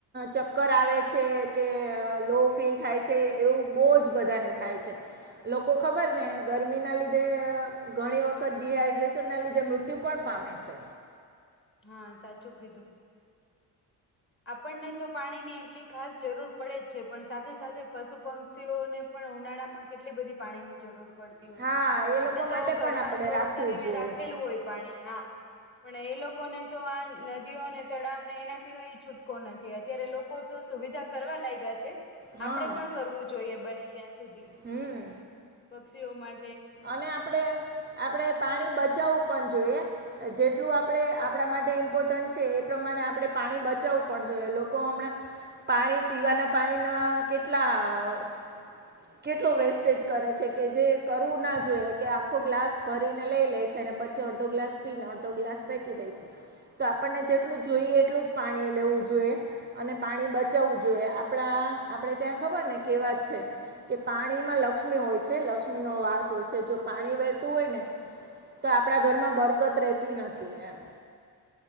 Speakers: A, on the right; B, on the left.
A: ચક્કર આવે છે કે લો ફીલ થાય છે એવું બહુ જ બધાને થાય છે. લોકો ખબર ને ગરમી ના લીધે ઘણી વખત ડિહાઈ ડ્રેસન ના લીધે મૃત્યુ પણ પામે છે.
B: હા સાચું કીધું. આપણને તો પાણીની એટલી ખાસ જરૂર પડે જ છે પણ સાથે સાથે પશુ પક્ષીઓને પણ ઉનાળા માં કેટલી બધી પાણી ની જરૂર પડ તી હોય
A: હા
B: છે.
A: એ
B: આપણે
A: લોકો માટે
B: તો ઘરમાં
A: પણ આપણે
B: સ્ટોર
A: રાખવું
B: કરીને
A: જોઈએ
B: રાખેલું હોય પાણી હા પણ એ લોકોને તો આ નદીઓને તળાવને એના સિવાય છૂટકો નથી અત્યારે લોકો તો સુવિધા કરવા લાગયા છે
A: હા
B: આપણે પણ કરવું જોઈએ બને ત્યાં સુધી
A: હમ
B: પક્ષીઓ મા
A: અને આપણે આપણેે પાણી બચાવું પણ જોઈએ. જેટલું આપણે આપણા માટે ઇમ્પોર્ટન્ટ છે એ પ્રમાણે આપણે પાણી બચાવવું પણ જોઈએ લોકો હમણાં પાણી પીવાના પાણીના કેટલા કેટલો વેસ્ટેજ કરે છે કે જે કરવું ના જોઈએ કે આખો ગ્લાસ ભરીને લઈ લે છેને અને પછી અડધો ગ્લાસ પીને અડધો ગ્લાસ ફેંકી દે છે. તો આપણને જેટલું જોઈએ એટલું જ પાણી લેવું જોઈએ. અને પાણી બચાવવું જોઈએ. આપણા આપણેે ત્યાં ખબર ને કહેવત છે. કે પાણીમાં લક્ષ્મી હોય છે, લક્ષ્મી નો વાસ હોય છે, જો પાણી વહેતું હોય ને તો આપણા ઘરમાં બરકત રહેતી નથી એમ.